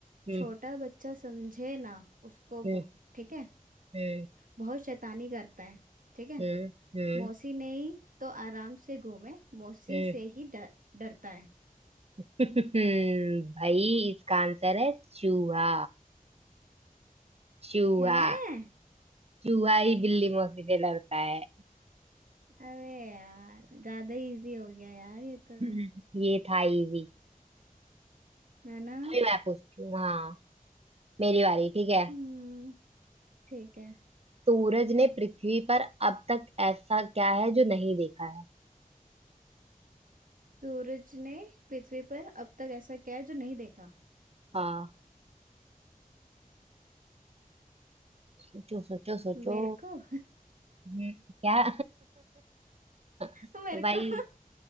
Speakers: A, on the right (about 45°); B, on the right (about 65°).
A: हम्म
B: छोटा बच्चा समझे ना उसको
A: हम्म
B: बहु ठीक है
A: हम्म
B: बहुत शैतानी करता है ठीक है
A: हम्म हम्म
B: मौसी नहीं तो आराम से घूमे मौसी
A: हम्म
B: से ही डर डरता है
A: <laughs> भाई इसका आंसर है चूहा चूहा
B: हैं
A: चूहा ही बिल्ली मौसी से लड़ता है
B: अबे यार ज्यादा इजी हो गया यार ये तो
A: <laughs> ये था इजी
B: है ना
A: अभी मैं पूछती हूँ हाँ मेरी बारी ठीक है
B: हम्म ठीक है
A: सूरज ने पृथ्वी पर अब तक ऐसा क्या है जो नहीं देखा है
B: सूरज ने पृथ्वी पर अब तक ऐसा क्या है जो नहीं देखा
A: हाँ सोचो सोचो सोचो
B: मेरे को
A: हम्म, क्या <laughs>
B: <laughs> मेरे
A: भाई
B: को